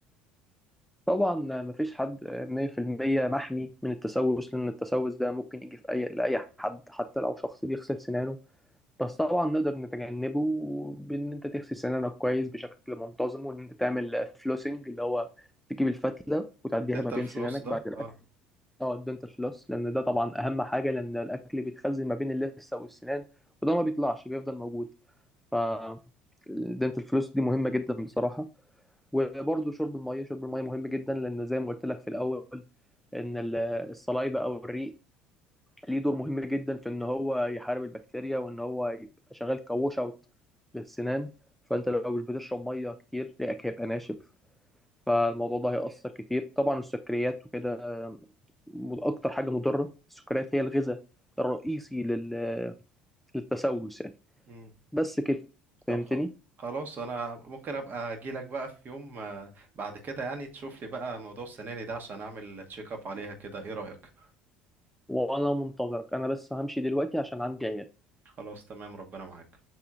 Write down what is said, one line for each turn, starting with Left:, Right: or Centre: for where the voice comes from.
Centre: طبعا مفيش حد 100% محمي من التسوس لأن التسوس ده ممكن يجي في أي لأي حد حتى لو شخص بيغسل سنانه بس طبعا نقدر نتجنبه بان انت تغسل سنانك كويس بشكل منتظم وان انت تعمل فلوسنج اللي هو تجيب الفتله وتعديها
Right: انت
Centre: ما بين
Right: الفلوس
Centre: سنانك
Right: ده
Centre: بعد الاكل
Right: اه
Centre: اه الدنتال فلوس لان ده طبعا اهم حاجه لان الاكل بيتخزن ما بين اللثه والسنان وده ما بيطلعش بيفضل موجود ف الدنتال فلوس دي مهمه جدا بصراحه وبرده شرب الميه شرب الميه مهم جدا لان زي ما قلت لك في الاول ان ال- الصلايبه او الريق ليه دور مهم جدا في ان هو يحارب البكتيريا وان هو يبقى شغال كووش اوت للسنان فانت لو مش بتشرب ميه كتير ريقك هيبقى ناشف فالموضوع ده هيأثر كتير طبعا السكريات وكده م- اكتر حاجه مضره السكريات هي الغذاء الرئيسي لل... للتسوس يعني
Right: امم
Centre: بس كده
Right: طب
Centre: فهمتني
Right: خ- خلاص انا ممكن ابقى اجيلك بقى في يوم آه، بعد كده يعني تشوف لي بقى موضوع السناني ده عشان اعمل تشيك اب عليها كده ايه رأيك
Centre: وانا منتظرك انا بس همشي دلوقتي عشان عندي عيال
Right: خلاص تمام ربنا معاك